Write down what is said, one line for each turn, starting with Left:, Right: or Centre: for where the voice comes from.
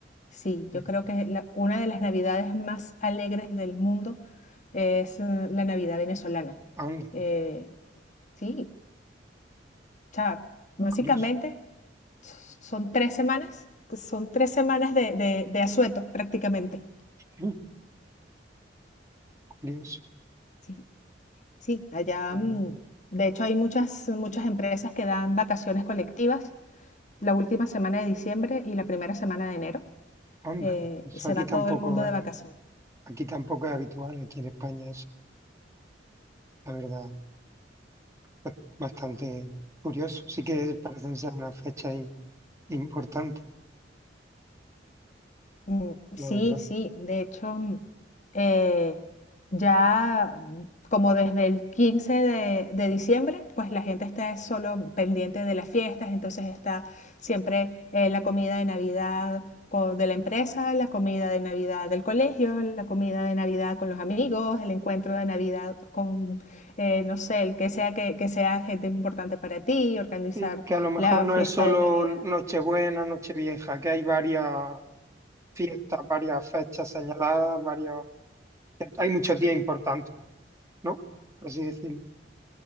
Left: Sí,
Right: mm,
Left: yo creo que la- una de las Navidades más alegres del mundo es eh, la Navidad venezolana.
Right: Anda,
Left: Eh, sí, o sea, básicamente
Right: curioso.
Left: son tres semanas, son tres semanas de, de, de asueto prácticamente.
Right: mm, Curioso.
Left: Sí, sí, allá,
Right: la
Left: mm,
Right: verdad.
Left: de hecho hay muchas, muchas empresas que dan vacaciones colectivas la última semana de diciembre y la primera semana de enero.
Right: Anda.
Left: Eh,
Right: Eso
Left: se
Right: aquí
Left: va
Right: tampoco
Left: todo el mundo de
Right: es,
Left: vacaciones.
Right: aquí tampoco es habitual, aquí en España es, la verdad, pues, bastante curioso. Sí que parecen ser una fecha i- importante,
Left: Mm,
Right: la
Left: Sí,
Right: verdad.
Left: sí, de hecho, mm, eh, ya mm, como desde el 15 de, de diciembre, pues la gente está solo pendiente de las fiestas, entonces está siempre eh, la comida de Navidad co- de la empresa, la comida de Navidad del colegio, la comida de Navidad con los amigos, el encuentro de Navidad con, eh, no sé, el que sea que, que sea gente importante para ti, organizar
Right: Sí, que a lo mejor
Left: la
Right: no
Left: fiesta
Right: es solo
Left: de Navidad.
Right: Nochebuena, Nochevieja, que hay varias fiestas, varias fechas señaladas, varios, hay muchos días importantes, ¿no? Por así decirlo.